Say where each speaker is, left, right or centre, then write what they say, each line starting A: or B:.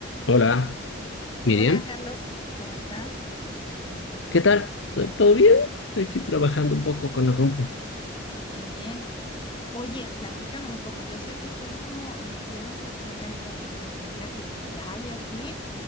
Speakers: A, on the left; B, on the left.
A: Hola, Miriam.
B: Hola Carlos, ¿cómo estás?
A: ¿Qué tal? Eh, ¿Todo bien? Aquí trabajando un poco con la compu.
B: Bien, bien. Oye, platícame un poco. Yo sé que estás como metido en cuestiones de inteligencia artificial y así,